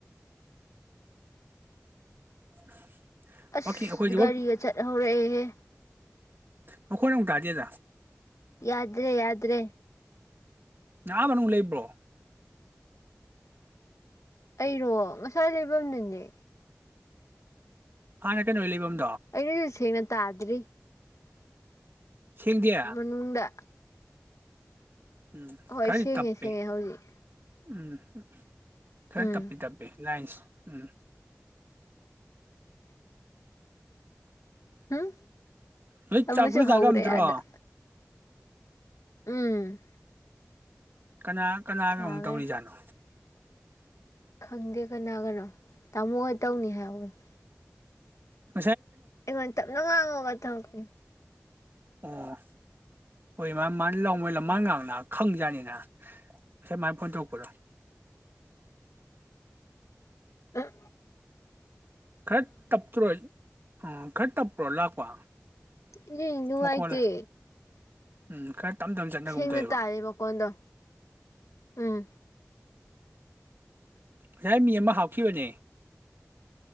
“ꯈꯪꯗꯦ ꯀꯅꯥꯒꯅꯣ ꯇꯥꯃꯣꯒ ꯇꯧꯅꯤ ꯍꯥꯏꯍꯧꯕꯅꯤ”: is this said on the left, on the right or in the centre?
Left